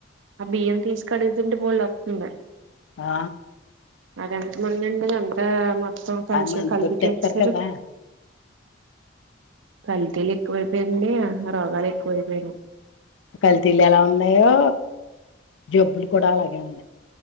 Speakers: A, on the right; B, on the left.
A: ఆ బియ్యం తీసి కడుగుతుంటే బోలెడు వత్తుంది
B: ఆ
A: అది ఎంత మంది అండి అంతా మొత్తం కలిసి
B: ఆ మందు
A: కలిపి
B: కొట్టేస్తారు
A: చేసేసారు
B: కదా
A: కల్తీలు ఎక్కువైపోయాయండి ఆహా రోగాలు ఎక్కువైపోయయి
B: కల్తీలు ఎలా ఉన్నాయో జబ్బులు కూడా అలాగే ఉన్నాయి